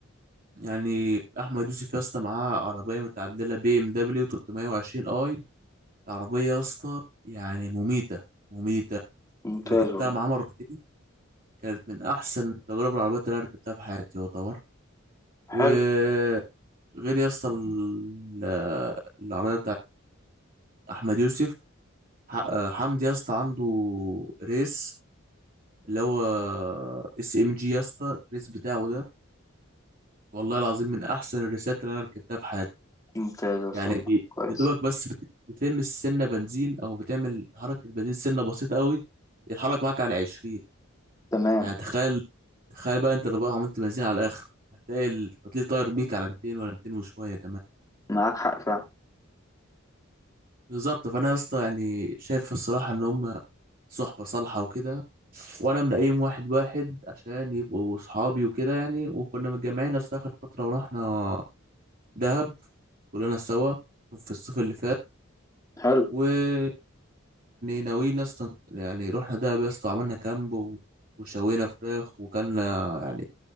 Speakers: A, on the right; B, on the left.
A: يعني احمد يوسف يا اسطى معاه عربيه متعدله بي ام دبليو 320 اي العربيه يا اسطى يعني مميته مميته
B: ممتاز
A: ركبتها
B: والله
A: مع عمر دي كانت من احسن تجارب العربيات اللي انا ركبتها في حياتي يعتبر وغير
B: حلو
A: يا اسطى ال- العربيه بتاعت احمد يوسف ح- حمدي يا اسطى عنده ريس اللي هو اس ام جي يا اسطى الريس بتاعه ده والله العظيم من احسن الريسات اللي انا ركبتها في حياتي
B: ممتاز يا اسطى
A: يعني
B: والله
A: بي-
B: كويس
A: يدوبك بس بت- بتلمس سنه بنزين او بتعمل تحرك البنزين سنه بسيطه قوي يتحرك معاك على 20
B: تمام
A: يعني تخيل تخيل بقى انت لو بقى عملت بنزين على الاخر هتلاقي التطليق طاير بيك على 200 ولا 200 وشويه كمان
B: معاك حق فعلا
A: بالظبط فانا يا اسطى يعني شايف الصراحه ان هم صحبه صالحه وكده وانا منقيم واحد واحد عشان يبقوا صحابي وكده يعني وكنا متجمعين اصلا اخر فتره ورحنا دهب كلنا سوا في الصيف اللي فات
B: حلو
A: ويعني ناويين اصلا يعني رحنا دهب يا اسطى عملنا كامب و- وشوينا فراخ وكلنا يعني